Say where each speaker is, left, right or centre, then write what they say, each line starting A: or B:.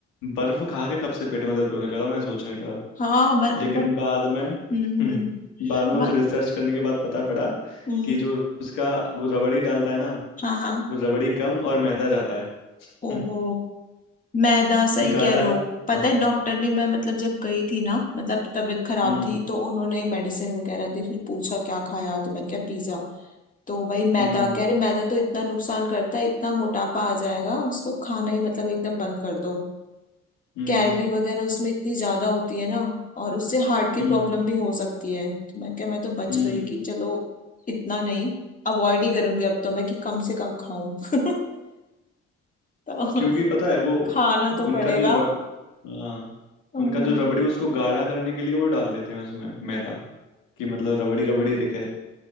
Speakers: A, on the left; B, on the left.
A: बर्फ खा के कब से पेट में दर्द होने लगा मैं सोचने लगा
B: हाँ बर,
A: लेकिन
B: वो
A: बाद में हम्म
B: हम्म हम्म
A: बाद में कुछ
B: बर-
A: रिसर्च करने के बाद पता पड़ा
B: हम्म
A: कि जो उसका वो रबड़ी डालता है ना
B: हाँ हाँ
A: वो रबड़ी कम और मैदा ज्यादा है
B: ओहो
A: हम्म,
B: मैदा सही
A: गाढ़ा
B: कह रहे हो पता
A: हाँ
B: है डॉक्टर ने मैं मतलब जब गई थी ना मतलब तबीयत खराब
A: हम्म
B: थी तो उन्होंने मेडिसिन वगैरह दी फिर पूछा क्या खाया तो मैंने कहा पिज्जा तो वही मैदा
A: हम्म
B: कह रहे मैदा तो इतना नुकसान करता है इतना मोटापा आ जाएगा उसको खाना ही मतलब एकदम बंद कर दो
A: हम्म
B: कैलोरी वगैरह उसमें इतनी ज्यादा होती है ना और उससे हार्ट की
A: हम्म
B: प्रॉब्लम भी हो सकती है तो मैंने कहा मैं तो बच
A: हम्म
B: गई कि चलो इतना नहीं अवॉइड ही करूंगी अब तो मैं कि कम से कम खाऊं <laughs> तो
A: क्योंकि पता है वो
B: खाना तो
A: उनका
B: पड़ेगा
A: जो रब हाँ
B: हम्म,
A: उनका जो रबड़ी उसको गाढ़ा करने के लिए वो डाल देते हैं उसमें मैदा कि मतलब रबड़ी रबड़ी दिखे